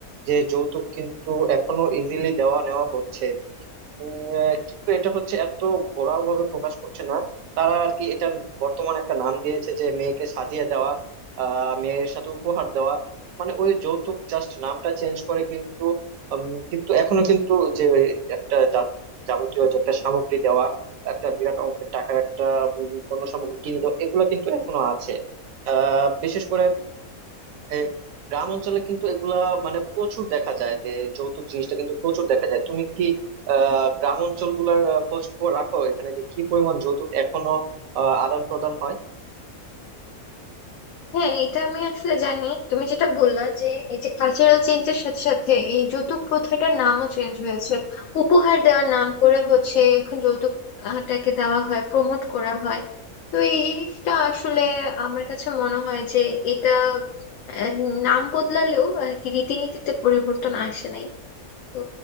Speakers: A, on the right (about 70°); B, on the left (about 65°).
A: যে যৌতুক কিন্তু এখনো ইজিলি দেওয়া নেওয়া হচ্ছে উম, আহ, কিন্তু এটা হচ্ছে এত ঘোরাও ভাবে প্রকাশ করছে না তারা আর কি এটা বর্তমানে একটা নাম দিয়েছে যে মেয়েকে সাজিয়ে দেওয়া আহ মেয়ের সাথে উপহার দেওয়া মানে ওই যৌতুক জাস্ট নামটা চেঞ্জ করে কিন্তু উম, কিন্তু এখনো কিন্তু যে ওই একটা যা- যাবতীয় যে একটা সামগ্রী দেওয়া একটা বিরাট অঙ্কের টাকার একটা উম, পণ্য সামগ্রী কিনে দেওয়া এগুলো কিন্তু এখনো আছে আহ বিশেষ করে এ, গ্রাম অঞ্চলে কিন্তু এগুলা মানে প্রচুর দেখা যায় যে যৌতুক জিনিসটা কিন্তু প্রচুর দেখা যায় তুমি কি আহ গ্রাম অঞ্চল গুলার খোঁজ খবর রাখো এখানে যে কি পরিমাণ যৌতুক এখনো আদান প্রদান হয়
B: হ্যাঁ এটা আমি আসলে জানি তুমি যেটা বললা যে এই যে কালচারাল চেঞ্জের সাথে সাথে এই যৌতুক প্রথাটার নামও চেঞ্জ হয়েছে উপহার দেওয়ার নাম করে হচ্ছে এখন যৌতুকটাকে দেওয়া হয় প্রমোট করা হয় তো এই জিনিসটা আসলে আমার কাছে মনে হয় যে এটা আহ, নাম বদলালেও আর কি রীতিনীতিতে পরিবর্তন আসে নাই তো